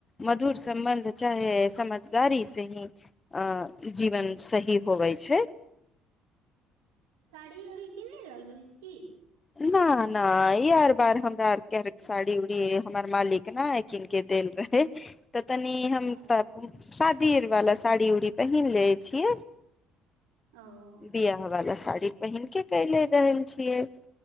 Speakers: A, on the left; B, on the right.
A: मधुर सम्बन्ध चाहे संबंध गाड़ी से ही अ जीवन सही होवै छै
B: ी ओ कनि रहलू की
A: न ना ई आर बार हमरा आरके साड़ी उड़ी हमर मालिक न कीन के देल रहे तऽ तनी हम
B: ओ
A: पियर वाला साड़ी उड़ी पहिन ले छियै
B: ओ
A: बियाह वाला स पहिन के क ले रहल छियै